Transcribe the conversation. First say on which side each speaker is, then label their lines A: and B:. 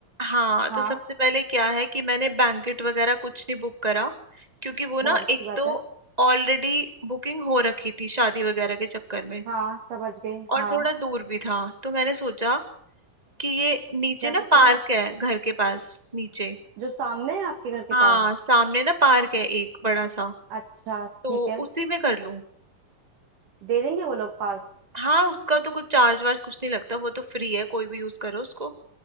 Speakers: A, on the right; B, on the right.
A: हाँ तो
B: हाँ
A: सबसे पहले क्या है कि मैंने बैंकेट वगैरह कुछ नहीं बुक करा क्योंकि वो ना
B: बहुत अच्छी
A: एक
B: बात
A: तो
B: है
A: ऑलरेडी बुकिंग हो रखी थी शादी वगैरह के चक्कर में
B: हाँ समझ गई
A: और
B: हाँ
A: थोड़ा दूर भी था तो मैंने सोचा कि ये नीचे
B: क्या
A: ना
B: सोचा
A: पार्क है घर के पास नीचे
B: जो सामने है आपके घर के
A: हाँ
B: पास
A: सामने ना पार्क है एक बड़ा सा
B: अच्छा ठीक
A: तो
B: है
A: उसी में कर लूं
B: दे देंगे वो लोग पार्क
A: हाँ उसका तो कुछ चार्ज वार्ज कुछ नहीं लगता वो तो फ्री है कोई भी यूज करो उसको